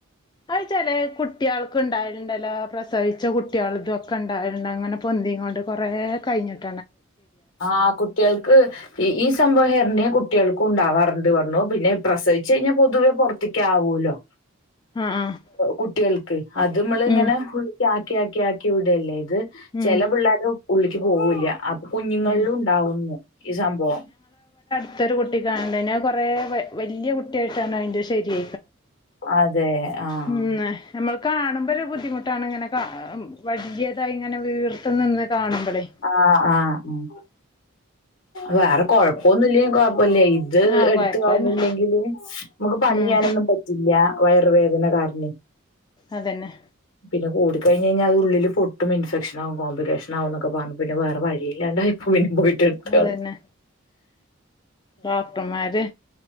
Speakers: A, on the left; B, on the left.
A: അഹ്ച്ചലേ കു കുട്ടികൾക്ക് ഉണ്ടായിലുണ്ടല്ലോ പ്രസവിച്ച കുട്ടികൾ ഇതൊക്കെ ഉണ്ടായിരുന്നകോണ്ട് അങ്ങനെ പൊന്തിയും കൊണ്ട് കുറേ കഴിഞ്ഞിട്ട്
B: ആഹ് കുട്ടികൾക്ക് ഈ സംഭവം ഹെർണി കുട്ടികൾക്കും ഉണ്ടാവാറണ്ട് പറഞ്ഞു പിന്നെ പ്രസിച്ച് കഴിഞ്ഞാൽ പൊതുവേ പുറത്തേക്ക്‌ ആവൂല്ലോ
A: ആഹ് ആഹ്
B: കുട്ടികൾക്ക് അത് നമ്മള് ഇങ്ങനെ
A: ഉം
B: ആക്കി ആക്കി ഇവിടെ അല്ലേത് ചെല
A: ഉം
B: പിള്ളോരും ഉള്ളിലക്ക് പോകൂല്ല കുഞ്ഞുങ്ങളിലും
A: ഉം
B: ഉണ്ടാവുന്നു ഈ സംഭവം
A: അത്തൊരു കുട്ടി കാണണ്ട പിന്നെ കുറെ വലിയ കുട്ടിയായിട്ടാണോ അതിൻ്റെ ശരിയ
B: അതെ ആഹ്
A: ഉം നമ്മക്ക് കാണുമ്പോ ഒരു ബുദ്ധിമുട്ടാണ് ഇങ്ങനെ വലിയതായി ഇങ്ങനെ വീർത്ത് നിന്ന് കാണുമ്പോളെ
B: ആഹ് ആഹ് ഉം വേറെ കൊഴപ്പൊന്നുലെ കൊഴാ പ്പല്ലെ ഇത്
A: ആഹ്
B: എടുത്തു
A: കൊഴപ്പന്നെ
B: കളഞ്ഞില്ലെങ്കിലു നമുക്ക് പണി
A: ഉം
B: ചെയ്യാനൊന്നും പറ്റില്ല വയറു വേദന കാരണം
A: അതന്നെ
B: പിന്നെ കൂടി കഴിഞ്ഞഞ് കഴിഞ്ഞാ അത് ഉള്ളില് പൊട്ടും ഇൻഫെക്ഷനാവും കോംപ്ലിക്കേഷനാവുംന്നൊെഞ്ഞു പിന്നെ വേറെ വഴിയില്ല ഭന് ബയിട്ടൊത്തൽ
A: അതന്നെ ഡോക്ടർമാര്